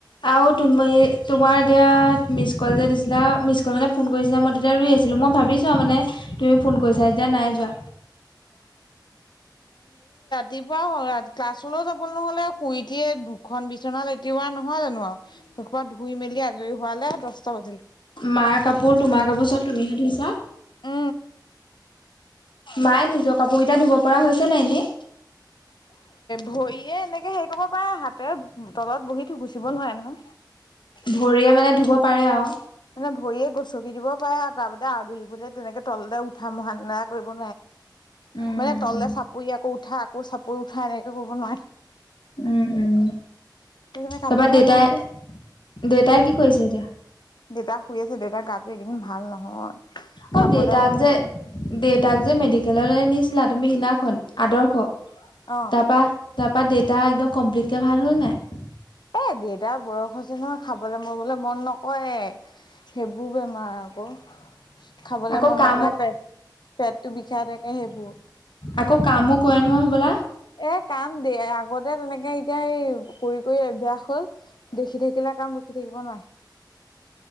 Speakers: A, on the left; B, on the left.
A: আও তুমি, তোমাৰ এতিয়া মিছ ক'ল যে দিছিলা, মিচ ক'ল মানে ফোন কইছিলা মই তেত এয়া ৰুই আছিলোঁ। মই ভাবিছোঁ আও মানে তুমি ফোন কইছা। এতিয়া নাই যোৱা।
B: তিপুৱা ক্লাছলৈও যাব নহ'লে, শুই উঠিয়ে দুখন বিচনা লেতিওৱা নহয় জানো আও। হেসোপা ধুই মেলি আজই হোৱালে দছটা বাজিল।
A: মাই কাপোৰ, তোমাৰ কাপোৰ চব তুমিহে ধুইছা।
B: উ।
A: মাই নিজৰ কাপোগিটা ধুব পাৰা হৈছে নাই এনে?
B: ভইয়ে এনেকে হেই কইৱ পাই, হাতে তলত বহি থোকোচিব নোৱাই নহয়।
A: ভৰিয়ে মানে ধুব পাৰে আও।
B: মানে ভৰিয়ে গচকি দিব পাৰে <unintelligible> কৰিব নোৱাৰে নহয়।
A: উম
B: মানে তললে
A: উম।
B: চাপৰি আকৌ উঠা, আকৌ চাপৰি উঠা, এনেকে কৰিব নোৱাৰে
A: উম উম।
B: সেইকাৰণে কাপোৰ
A: তাপা
B: ধোৱা
A: দেউতাই,
B: কামটো
A: দেউতাই কি কৰিছে এতিয়া?
B: দেউতা শুই আছে, দেউতাৰ গাতো এইকেইদিন ভাল নহয়। খাবলে
A: অ দেউতাক
B: মন
A: যে দেউতাক যে মেডিকেললৈ নিছিলা তুমি সিনাখনন আদৰ্শ।
B: অ
A: তাৰপা তাৰপা দেউতা একদম কমপ্লিটকে ভাল হ'ল নাই?
B: এ দেউতা বয়স হৈছে নহয় খাবলৈ মবলৈ মন নকৰে। সেইবোৰ বেমাৰ আকৌ। খাবলে
A: আকৌ
B: মন
A: কাম
B: নকৰে, পেট পেটটো বিষাই থাকে সেইবোৰ।
A: আকৌ কামো কৰে নহয় হ'বলা।
B: এ কাম দেই আগতে তেনেকে এতিয়া সেই কৰি কৰি অভাবাস হ'ল। দেখি থাকিলে কাম ৰখি থাকিব নোৱাৰে।